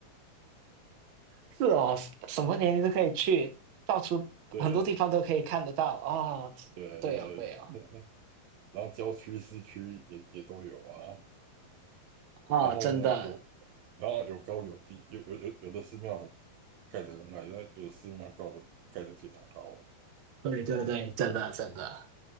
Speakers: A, on the right; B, on the right.
A: 是哦，什么年龄都可以去，到处很多地方都可以看得到哦。
B: <laughs> 对。对对，
A: 对哦，对哦，
B: <laughs> 然后郊区、市区也也都有啊。
A: 哦，
B: 然后呢，
A: 真的，
B: 有然后有高有低，有有有有的寺庙很盖得很矮，那有的寺庙高的盖得非常高啊。
A: 对对对，真的真的，